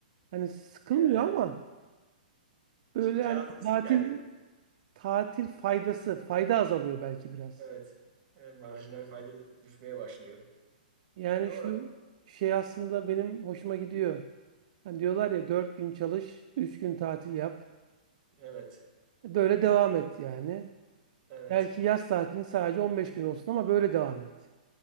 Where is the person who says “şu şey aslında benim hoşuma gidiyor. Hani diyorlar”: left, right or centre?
Right